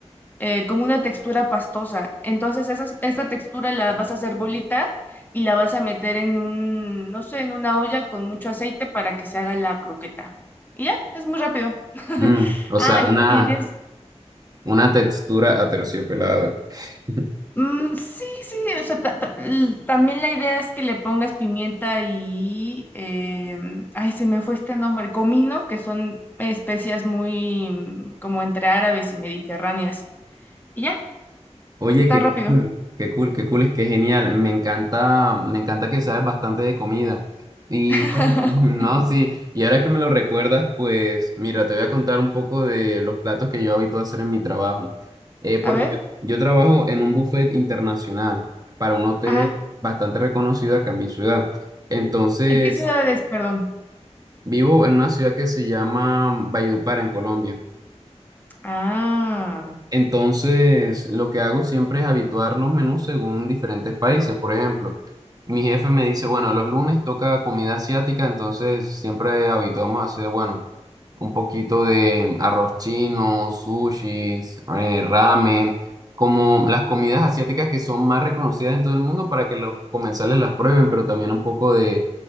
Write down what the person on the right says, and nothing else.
Mm, o
sea, una,
una textura aterciopelada. <laughs>
Oye,
qué
cool, qué cool, qué cool, es que genial. Me encanta, me encanta que sabes bastante de comida. Y
Bueno. no, sí, y ahora que me lo recuerdas, pues mira, te voy a contar un poco de los platos que yo habito a hacer en mi trabajo. Eh, porque
yo, yo trabajo en un buffet internacional para un hotel
bastante reconocido acá en mi ciudad. Entonces,
vivo en una ciudad que se llama Valledupar, en Colombia.
Entonces, lo que hago siempre es habituar los menús según diferentes países. Por ejemplo, mi jefe me dice, bueno, los lunes toca comida asiática, entonces siempre habituamos a hacer, bueno, un poquito de arroz chino, sushis, eh, ramen, como las comidas asiáticas que son más reconocidas en todo el mundo para que los comensales las prueben, pero también un poco de